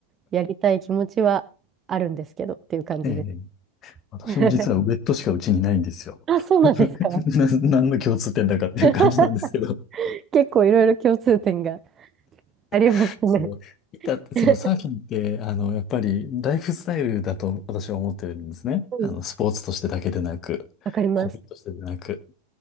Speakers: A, on the right; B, on the left.
A: やりたい気持ちはあるんですけどっていう感じです。
B: ええ、私も実はウェットしかうちにないんですよ。
A: <laughs> あ、そうなんですか。
B: <laughs> な、何の共通点だかっていう感じなんですけど。
A: <laughs> 結構いろいろ共通点がありますね。
B: <laughs> そう。板って、そのサーフィンって、
A: <laughs>
B: あの、やっぱりライフスタイルだと私は思ってるんですね。
A: うん、
B: あの、スポーツとしてだけでなく、
A: わかります。
B: ホビーとしてでなく。